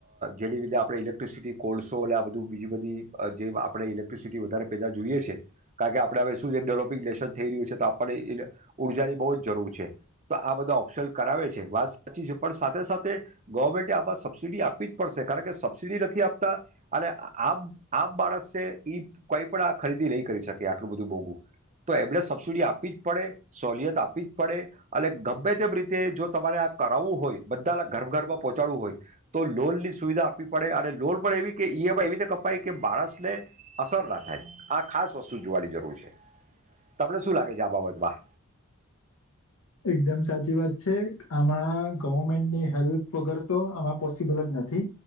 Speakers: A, on the right; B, on the left.
A: જેની લીધે આપણે ઇલેક્ટ્રિસિટી કોલસો અને આ બધું બીજી બધી જે આપણે ઇલેક્ટ્રિસિટી વધારે પેદા જોઈએ છે કારણ કે આપણે હવે શું છે ડેવપ. લે થઈ રહ છે તો આપને ઉર્જાની બહુ જરૂર છે તો આ બધા ઓપ્શન કરાવે છે વાત સાચી છે પણ સાથે સાથે ગવર્મેન્ટ આ સબસિડી આપવી જ પડશે કારણ કે સબસીિડી નથી આપતા અને આમ આમ માણસે કઈ પણ આ ખરીદી નહી કરી શકે આટલું બધું મોોગું. તો એમણે સબસિડી આપવી જ પડે સહલિયત આપવી જ પડે અને ગમે તેમ રીતે જો તમારે આ કરાવવું હોય બધાના ઘર ઘરમાં પહોંચાડવું હોય તો લોનની સુવિધા આપવી પડે અને લોન પણ એવી કે એમાં એવી રીતે કપાય કે માણસને અસર ના થાય આ ખાસ વસ્તુ જોવાની જરૂર છે. તમને શું લાગે છે આ બાબતમાં.
B: એકદમ સાચી વાત છે આમાં ગવર્મેન્ટની હેલ્પ વગર તો આમાં પોસિબલ જ નથી